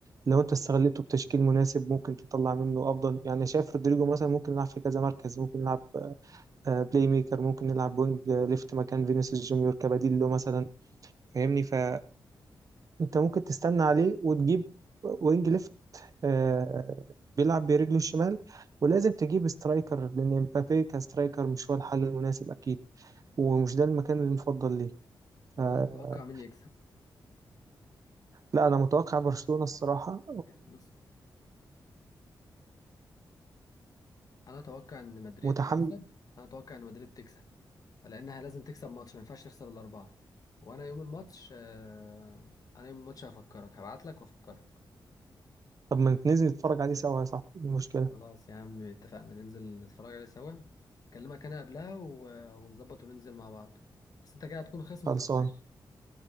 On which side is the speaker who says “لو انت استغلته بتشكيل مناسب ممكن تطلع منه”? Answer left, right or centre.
Right